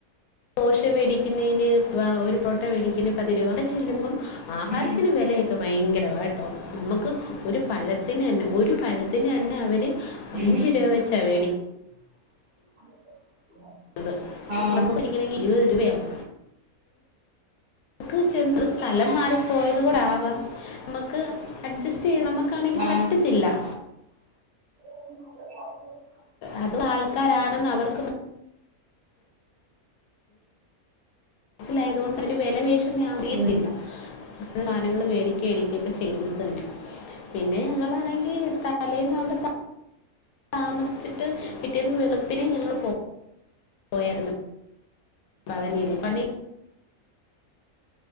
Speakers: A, on the left; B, on the right.
A: പോശ മേടിക്കുന്നതിന് വ ഒരു പൊട്ട മേടിക്കേന് പത് രൂപ അവിടെ ചെല്ലുമ്പം ആഹാരത്തിന്
B: ഉം
A: വെലയൊക്കെ ഭയങ്കരമാ ട്ടൊ നമുക്ക് ഒരു പഴത്തിനെന്നെ ഒരു പഴ ത്തിനെന്നെ അവര്
B: ഉം
A: അഞ്ച്
B: ഉം
A: രൂപ വെച്ചാ വേടി
B: <inaudible>
A: <unintelligible>
B: ആഹ്
A: ഇരുപത് രൂപയാവും ക്ക് ചെന്ന് സ്ഥലം മാറിപ്പോയത് കോണ്ടാവാം മ്മക്ക് അഡ്ജസ്റ്റ് നമ്മക്കാണെങ്കി
B: ആഹ്
A: പറ്റത്തില്ല
B: <unintelligible>
A: അതും ആൾക്കാരാണെന്ന് അവർക്ക് സിലായതു കൊണ്ട് ഒരു വെലപെശുന്നെ അറിയത്തില്ല
B: ഉം
A: താനങ്ങള് മേടിക്കേടിക്കും ചെയ്യ്ന്നത് തന്നെ പിന്നെ ഞങ്ങളാണെങ്കി തലേന്ന് അവിടെ താമസിച്ചിട്ട് പിറ്റേന്ന് വെളുപ്പിനെ ഞങ്ങള് പോ പോയാരുന്നു പളനീല് പണി